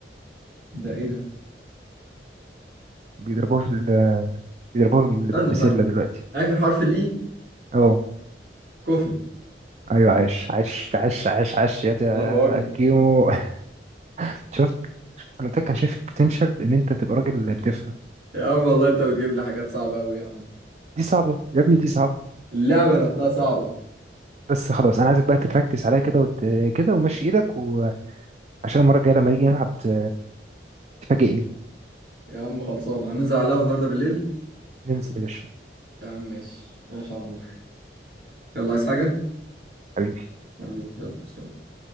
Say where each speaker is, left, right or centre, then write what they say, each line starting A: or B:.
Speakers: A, on the right (about 55°); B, on the right (about 35°).
A: ده إيه ده
B: بيضربوها في ال... بيضربوها بال- بالبسلة
A: استنى استنى
B: دلوقتي
A: آخر حرف ال E
B: اه
A: كوفي
B: ايوه عاش عاش عاش عاش عاش يا تا-
A: الله أكبر
B: كيمو <laughs> شفت انا كان شايفك بوتنشال ان انت تبقى راجل بتفهم
A: يا عم والله أنت بتجيب لي حاجات صعبة أوي يا عم
B: دي صعبة يا ابني دي صعبة
A: اللعبة نفسها صعبة
B: بس خلاص انا عايزك بقى تبراكتس عليا كده وت... كده ومشي ايدك وعشان المره الجايه لما نيجي نلعب ت- تفاجئني
A: يا عم خلصانة هننزل عليها النهاردة بالليل
B: ننزل يا باشا
A: يا عم ماشي ماشي يا عمور يلا عايز حاجة
B: حبيبي
A: حبيبي يلا سلام.